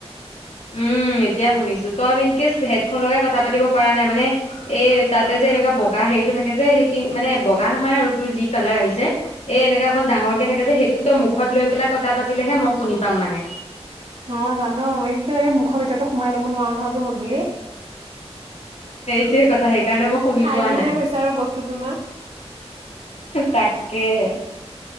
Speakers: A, on the left; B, on the right.
A: উম এতিয়া শুনিছো তই মন কেছ হেডফোন লগাই কথা পাতিব পৰা নাই মানে এই তাতে যে এনেকুৱা বগা হেৰিটো থাকে যে সেইখিনি মানে বগা নহয় আৰু তোৰ যি কালাৰ আহিছে এ এনেকা অকণ ডাঙৰকে থাকে যে সেইটো ত মুখত লৈ পেলাই কথা পাতিলেহে মই শুনি পাম মানে
B: অ জানো মই। মুখৰ ভিতৰতো সোমাই ল'ব নোৱাৰো নহয়ো হ'ল বুলি।
A: যেই কথাে। সকাৰণে মই শুনি
B: খাই
A: পোৱা
B: দিলেহে
A: নাই
B: হৈছে আৰু বস্তু তোমাৰ
A: তাকেহে। অ